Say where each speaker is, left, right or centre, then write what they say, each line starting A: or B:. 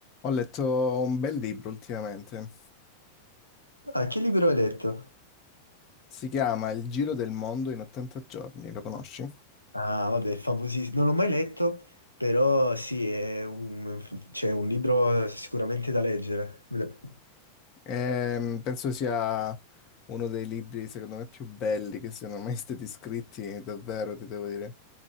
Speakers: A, on the left (about 35°); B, on the left (about 90°).
A: Ho letto un bel libro ultimamente,
B: Ah, che libro hai letto?
A: si chiama Il giro del mondo in 80 giorni, lo conosci?
B: Ah, vabbè, famosissimo. Non l'ho mai letto, però sì, è un, c'è un libro sicuramente da leggere. Me lo-
A: Ehm, penso sia uno dei libri, secondo me, più belli che siano mai stati scritti, davvero, ti devo dire.